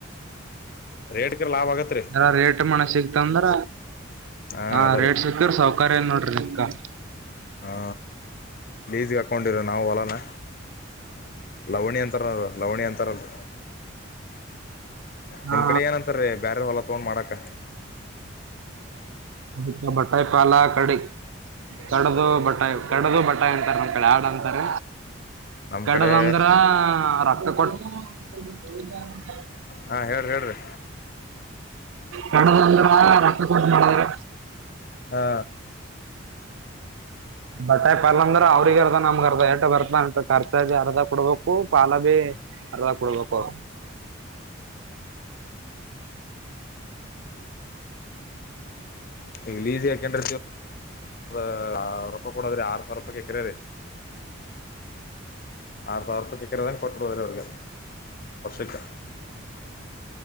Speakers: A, on the left; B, on the right.
A: ರೇಟ್ಗೆ ಲಾಭ ಆಗತ್ರಿ
B: ಹ ರೇಟ್ ಮಣ ಸಿಗ್ತಂದ್ರ
A: ಹಾ
B: ಹ
A: ಅದರಿ
B: ರೇಟ್ ಸಿಕ್ತ್ರ ಸೌಕರ್ಯ ಏ ನೋಡ್ರಿ <unintelligible>
A: ಹಾ ಲ್ಲೀಸ್ಗೆ ಅಕೌೊಂಡ ಇರ ನಾವು ಹೊಲನಾ ಲವಣಿ ಅಂತ ಅಂತರ ಲವಣಿ ಅಂತಾರಲ್ಲ
B: ಹಾ
A: ನಿಮ್ ಕಡೆ ಏನ ಅಂತಾರೆ ಬ್ಯಾರರ್ ಹೊಲಾ ತಗೊಂಡ್ ಮಾಡಕ್ ಕ್ಕ
B: ಅದ ಬಟಾಯ ಪಾಲಕ್ ಕಡೆ ಕಡದು ಬಟಾಯಿ ಕಡ್ದ ಬಟಾಯಿ ಅಂತಾರೆ ನಮ್ಮ ಕಡೆ ಆಡು ಅಂತಾರ
A: ನಮ್
B: ಕಡದ
A: ಕಡೆ
B: ಅಂದ್ರ ರಕ್ತ ಕೊಟ್ಟ <inaudible>
A: ಹಾ ಹೇಳ್ರಿ ಹೇಳ್ರಿ
B: ಕಡದಂದ್ರ ರಕ್ತ ಕೊಟ್ಟ ಮಾಡಿದ್ರ
A: ಹಾ
B: ಬಟಾಯಿ ಪಾಲ ಅಂದ್ರ ಅವ್ರಿಗ್ ಅರ್ದ ನಮ್ಗ ಅರ್ದ ಟ ಬರ್ತಂಟ ಖರ್ಚ ಭ ಅರ್ಧ ಕೊಡ್ಬೇಕು ಪಾಲ ಬಿ ಅರ್ಧ ಕೊಡ್ಬೇಕು
A: ಇಂಗ್ ಈಸಿ ಆಕಂಡ ರ ರೊಕ್ಕ ಕೊಡಾದ್ರೆ ಆರು ಸಾವಿರ ರೂಪಾಯಿರೀ ಕೆರೆಯದೆ ಆರ್ ತಾವರ್ಪ ಕೇಕರೆದ ಕೊಟ್ಟ ಕೊಡ್ತಾರೆ ಅವರಿಗೆ ವರ್ಷಕ್ಕ